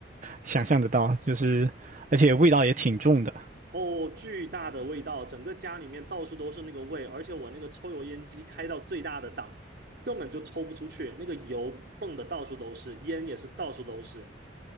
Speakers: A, on the right; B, on the right.
A: 想象得到，就是而且味道也挺重的。
B: 哦，巨大的味道，整个家里面到处都是那个味，而且我那个抽油烟机开到最大的档，根本就抽不出去，那个油蹦的到处都是，烟也是到处都是。